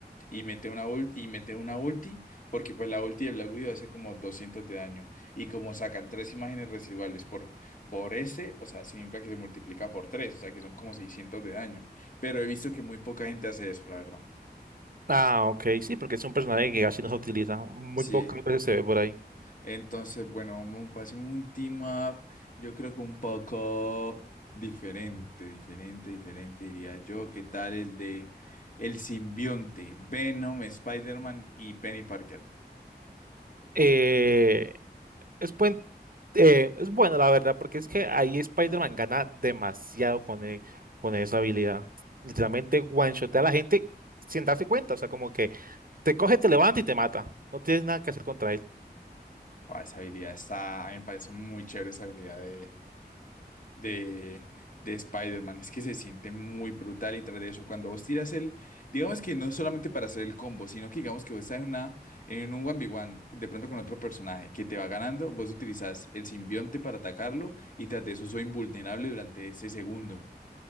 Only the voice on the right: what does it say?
Ah, ok, sí, porque es un personaje que casi no se utiliza, muy
pocas veces se ve por ahí.
Eh, es, buen- eh, es bueno, la verdad, porque es que ahí Spider-Man gana demasiado con, e- con esa habilidad. Literalmente one-shotea a la gente sin darse cuenta, o sea, como que te coge, te levanta y te mata. No tienes nada que hacer contra él.